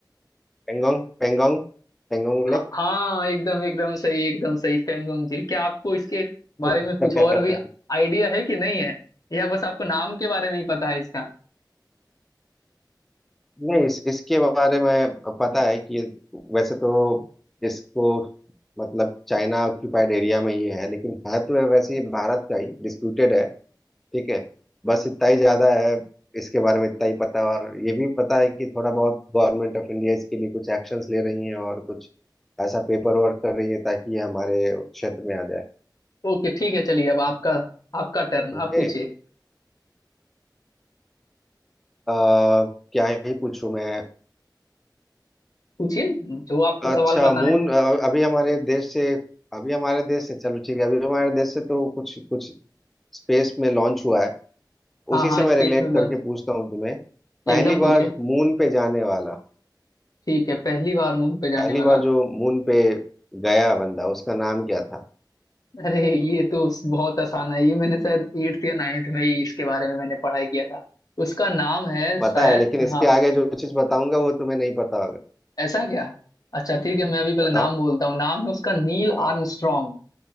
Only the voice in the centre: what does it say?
पेंगोंग पेंगोंग पेंगोंग
लेक
<laughs>
नहीं इस, इसके बारे में पता है कि ये- वैसे तो इसको मतलब चाइना ऑक्यूपाइड एरिया में ये है लेकिन है तो वैसे ये भारत का ही डिस्प्यूटेड है ठीक है बस इतना ही ज्यादा है इसके बारे में इतना ही पता है और ये भी पता है कि थोड़ा बहुत गवर्नमेंट ऑफ इंडिया इसके लिए कुछ एक्शंस ले रही है और कुछ ऐसा पेपर वर्क कर रही है ताकि ये हमारे क्षेत्र में आ जाए
समझे
अ, क्या ही पूछूं मैं
अच्छा
मून
अ, अभी हमारे देश से अभी हमारे देश से चलो ठीक है अभी हमारे देश से तो कुछ कुछ स्पेस में लॉन्च हुआ है
उसी
से मैं
रिलेट
करके पूछता हूँ तुम्हें पहली
बार मून पे जाने वाला
पहली
बार जो मून पे गया बंदा उसका नाम क्या था
पता
है लेकिन इसके
आगे जो चीज बताऊंगा वो तुम्हें नहीं पता होगा
बताओ
हाँ हाँ